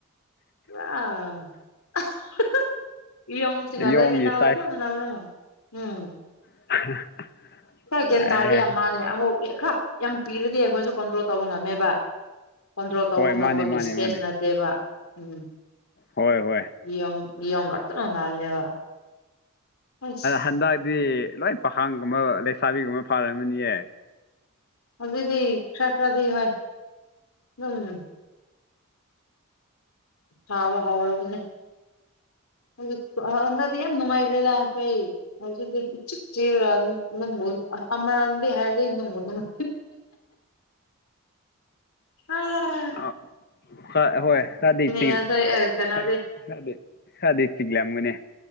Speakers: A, on the left; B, on the left.
A: <unintelligible> ꯌꯣꯡ ꯁꯤꯡꯒ
B: ꯌꯣꯡꯒꯤ
A: ꯂꯩꯃꯤꯟꯅꯕ
B: ꯁꯥꯏꯖ
A: ꯆꯞ ꯃꯥꯟꯅꯕꯔꯥ ꯎꯝ
B: <unintelligible>
A: ꯈꯔ ꯒ꯭ꯌꯥꯟ
B: ꯑꯦꯍꯦ
A: ꯇꯥꯔꯦ ꯑꯃꯥꯅꯦ ꯑꯃꯨꯛ ꯈꯔ ꯌꯥꯝ ꯄꯤꯔꯗꯤ ꯑꯩꯈꯣꯏꯁꯨ ꯀꯟꯇ꯭ꯔꯣꯜ ꯇꯧꯕ ꯉꯝꯃꯦꯕ ꯀꯣꯟꯇꯔꯣꯜ ꯇꯧꯕ
B: ꯍꯣꯏ
A: ꯉꯝꯕꯒꯤ
B: ꯃꯥꯅꯦ ꯃꯥꯅꯦ
A: ꯏꯁꯄꯦꯁ
B: ꯃꯥꯅꯦ
A: ꯅꯠꯇꯦꯕ ꯎꯝ
B: ꯍꯣꯏ ꯍꯣꯏ
A: <unintelligible> ꯑꯁ
B: ꯍꯟꯗꯛꯇꯤ ꯂꯣꯏ ꯄꯥꯈꯥꯡꯒꯨꯝꯕ ꯂꯩꯁꯥꯕꯤꯒꯨꯝꯕ ꯐꯥꯔꯝꯃꯅꯤꯌꯦ
A: ꯍꯧꯖꯤꯛꯗꯤ ꯈꯔ ꯈꯔꯗꯤ ꯍꯣꯏ ꯑꯗꯨꯝ ꯇꯥꯕ ꯍꯧꯔꯕꯅꯦ ꯍꯧꯖꯤꯛ ꯇꯨ ꯍꯟꯗꯛꯗꯤ ꯌꯥꯝ ꯅꯨꯡꯉꯥꯏꯈ꯭ꯔꯦꯗ ꯑꯩꯈꯣꯏ ꯍꯧꯖꯤꯛꯗꯤ ꯆꯤꯛ ꯆꯤꯔ ꯅꯣꯡꯕꯨ ꯑꯃꯔꯝꯗꯤ ꯍꯥꯏꯔꯗꯤꯏ ꯅꯣꯡꯕꯨꯅꯨꯡꯃ ꯑꯥ
B: ꯍꯣꯏ <unintelligible>
A: ꯉꯁꯥꯏ ꯑ ꯀꯩꯅꯣꯗꯤ
B: ꯈꯔꯗꯤ ꯆꯤꯛꯂꯝꯒꯅꯤ